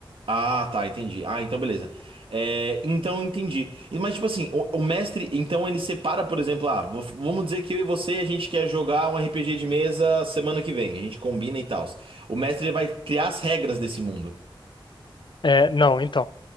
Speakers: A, on the right (about 75°); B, on the left (about 60°).
A: Ah, tá, entendi. Ah, então beleza. É, então entendi. E- Mas tipo assim, o, o mestre, então ele separa, por exemplo, ah, vo- vamos dizer que eu e você a gente quer jogar um RPG de mesa semana que vem, a gente combina e tal. O mestre ele vai criar as regras desse mundo.
B: É, não, então.